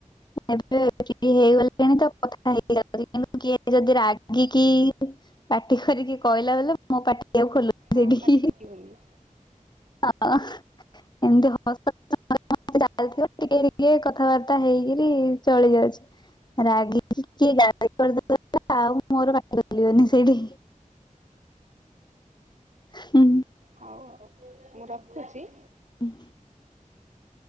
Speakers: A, on the left; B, on the right.
A: ଏବେ ଫ୍ରି ହେଇଗଲେଣି ତ କଥା ହେଇଗଲା ପରେ କିନ୍ତୁ କିଏ ଯଦି ରାଗିକି ପାଟି କରିକି କହିଲା ବୋଲେ ମୋ ପାଟି ଆଉ ଖୋଲୁନି
B: ଆଉ
A: ସେଠି।
B: ପାଟି ଫିଟିବନି
A: <inaudible> ଏମତି କଥାବାର୍ତ୍ତା ଚାଲିଥିବ ଟିକେ ଟିକେ କଥାବାର୍ତ୍ତା ସେଟା ହେଇକିରି ଚଳି ଯାଉଛି। ରାଗିକି କିଏ ଗାଳି କରିଦେବ ବୋଲେ ଆଉ ମୋର ପାଟି ଖୋଲିବନି ସେଇଠି। ହୁଁ।
B: ହଉ ଆଉ ମୁଁ ରଖୁଛି?
A: ହୁଁ।